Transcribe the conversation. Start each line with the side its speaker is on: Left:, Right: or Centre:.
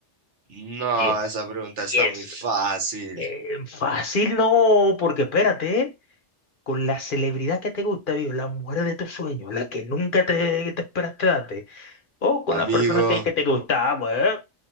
Right: No,
Left: Piensa,
Right: esa pregunta
Left: piensa.
Right: está muy fácil.
Left: Eh, fácil no, porque espérate, ¿eh? con la celebridad que te gusta, viejo, la mujer de tus sueños, la que nunca te, te esperaste darte, o con
Right: Amigo,
Left: la persona que, que te gustaba pues,